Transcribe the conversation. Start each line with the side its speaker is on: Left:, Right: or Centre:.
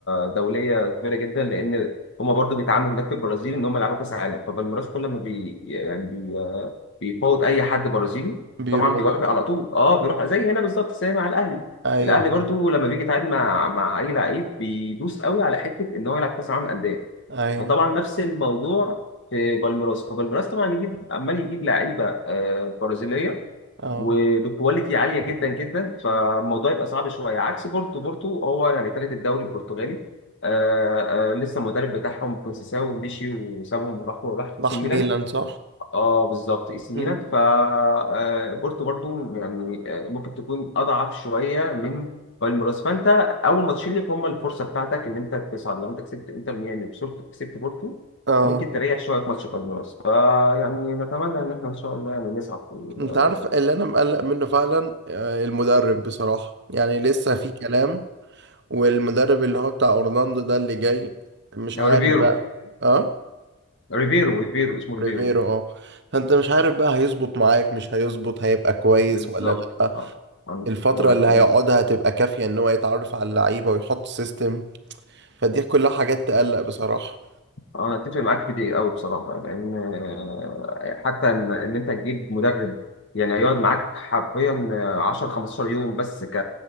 Left: دوليه كبيره جدا لان هما برضو بيتعاملوا هناك في البرازيل ان هم يلعبوا كاس عالم فبالميراس كل ما بي يعني بي... آه، بيفاوض اي حد برازيلي
Right: بيروح
Left: طبعا بيوافق على طول اه بيروح زي هنا بالظبط زي مع الاهلي
Right: ايوه
Left: الاهلي برضو
Right: فاهم.
Left: لما بيجي يتعاقد مع مع اي لعيب بيدوس قوي على حته ان هو يلعب كاس العالم للانديه
Right: ايوه
Left: فطبعا نفس الموضوع في بالميراس فبالميراس طبعا يجيب عمال يجيب لعيبه آه، برازيليه
Right: اه
Left: وبكواليتي عاليه جدا جدا فالموضوع يبقى صعب شويه عكس بورتو بورتو هو يعني ثالث الدوري البرتغالي آه، آه، لسه المدرب بتاعهم كونسيساو مشي وسابهم وراح راح
Right: راح
Left: اي سي ميلان
Right: ميلان صح
Left: اه بالظبط اي سي
Right: مم.
Left: ميلان ف آه، بورتو برضو يعني آه، ممكن تكون اضعف شويه من بالميراس فانت اول ماتشين ليك هم الفرصه بتاعتك ان انت تصعد لو انت كسبت انتر ميامي بصورة كسبت بورتو
Right: اه
Left: ممكن تريح شويه في ماتش بالميراس فيعني نتمنى ان احنا ان شاء الله يعني نصعد في ال-
Right: انت عارف اللي انا مقلق منه فعلا آه، المدرب بصراحة يعني لسه في كلام والمدرب اللي هو بتاع اورلاندو ده اللي جاي مش
Left: آه،
Right: عارف
Left: ريفيرو
Right: ريفيرا بقى اه
Left: ريفيرو ريفيرو اسمه ريفيرو
Right: ريفيرو اه فانت مش عارف بقى هيظبط معاك مش هيظبط هيبقى كويس
Left: بالظبط
Right: ولا لا
Left: آه، انا
Right: الفترة
Left: كنت معاك
Right: اللي
Left: في
Right: هيقعدها
Left: دي
Right: هتبقى كافية ان هو يتعرف على اللعيبة ويحط سيستم فدي كلها حاجات تقلق بصراحة
Left: انا اتفق معاك في دي قوي بصراحه لان آه، حتى ان إن انت تجيب مدرب يعني يقعد معاك حرفيا آه، 10 15 يوم بس ك